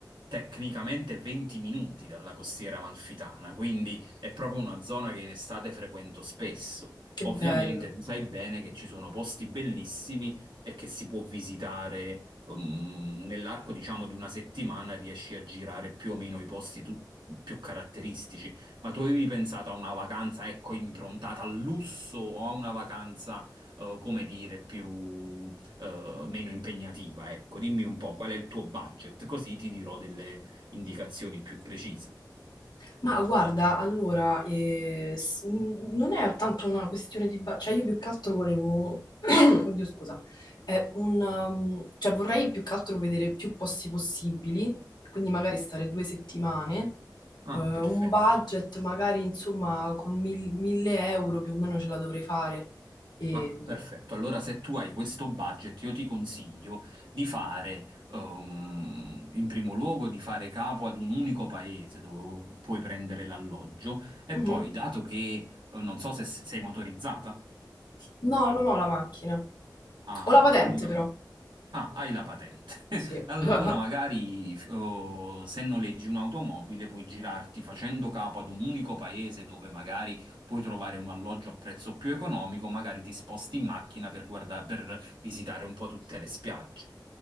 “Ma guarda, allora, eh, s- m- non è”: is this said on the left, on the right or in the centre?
Left